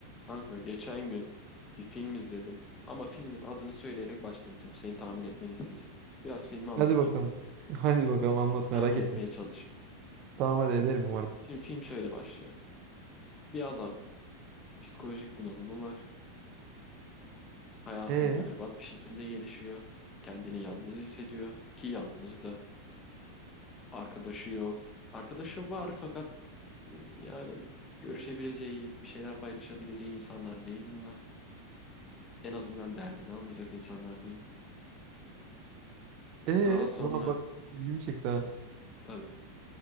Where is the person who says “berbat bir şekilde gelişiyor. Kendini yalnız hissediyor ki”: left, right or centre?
Left